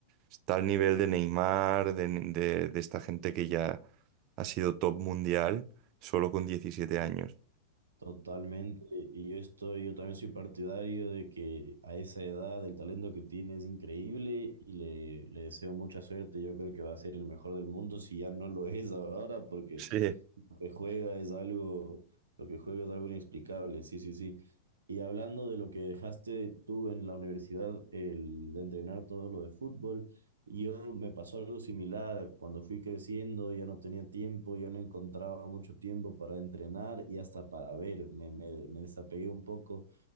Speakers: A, on the right; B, on the right.
A: Está al nivel de Neymar, de, de- de esta gente que ya ha sido top mundial solo con 17 años.
B: Totalmente, y yo estoy, yo también soy partidario de que a esa edad el talento que tiene es increíble y le, le deseo mucha suerte. Yo creo que va a ser el mejor del mundo si ya no lo es ahora, porque
A: Sí.
B: lo que juega es algo, lo que juega es algo inexplicable, sí, sí, sí. Y hablando de lo que dejaste tú en la universidad, el de entrenar todo lo de fútbol, yo me pasó algo similar. Cuando fui creciendo, ya no tenía tiempo, ya no encontraba mucho tiempo para entrenar y hasta para ver. Me, me, me desapegué un poco